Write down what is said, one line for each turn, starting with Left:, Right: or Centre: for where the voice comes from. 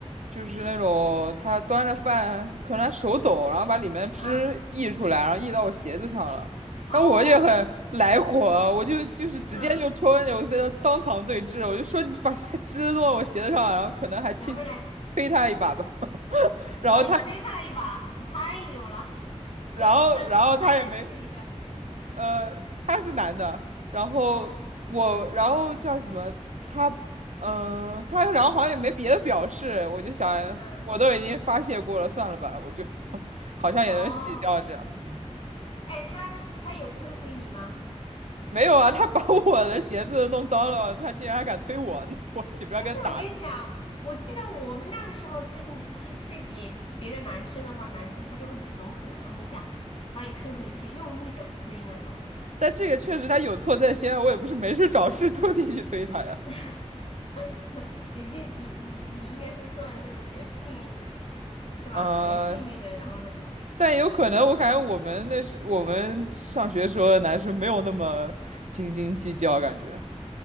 Right: 就是那种他端着饭，可能他手抖，然后把里面的汁溢出来，
Left: 啊
Right: 然后溢到我鞋子上了，
Left: 哦
Right: 然后我也很来火，我就就是直接就戳着我跟他当堂对峙，
Left: 嗯，
Right: 我就说你把这汁弄到我鞋子上，然后可能还轻
Left: 然后呢？
Right: 推他一把吧，<laughs> 然后他
Left: 哇，你推他了一把，你太牛了。
Right: 然后然后他也没。
Left: <laughs> 但是男的是女的，
Right: 呃，他是男的，然后我，
Left: 哦，
Right: 然后叫什么？他，嗯、他然后好像也没别的表示，我就想，
Left: 嗯，
Right: 我都已经发泄过了，算了吧，我就 <laughs> 好像也能洗掉这样。
Left: 哦，
Right: 嗯，
Left: 哎，他的就是他有推回你吗？
Right: 没有啊，他把 <laughs> 我的鞋子弄脏了，他竟然还敢推我呢，我岂不是要跟他打起来
Left: 但是我跟你讲，我记得我们那个时候，就是你去推别别的男生的话，男生他就会很火，然后一下把你推回去，用力的推那种。
Right: 但这个确实他有错在先啊，我也不是没事找事特地去推他呀。
Left: <laughs> 你就你你你应该是算那种比较幸运的，是吧？
Right: 呃，
Left: 比较幸运的，然后那种，
Right: 但也有可能，我感觉我们那时我们上学时候的男生没有那么斤斤计较，感觉。